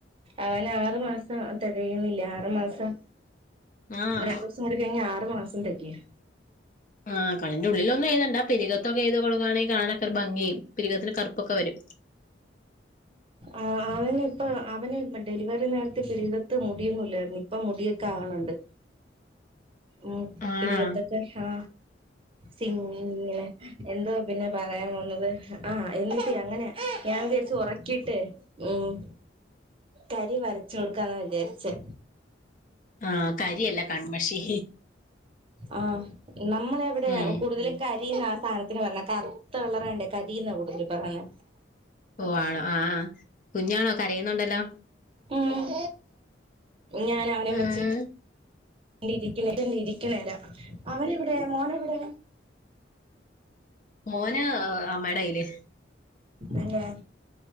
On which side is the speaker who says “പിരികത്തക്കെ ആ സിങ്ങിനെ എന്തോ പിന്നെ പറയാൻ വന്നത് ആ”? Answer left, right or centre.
Right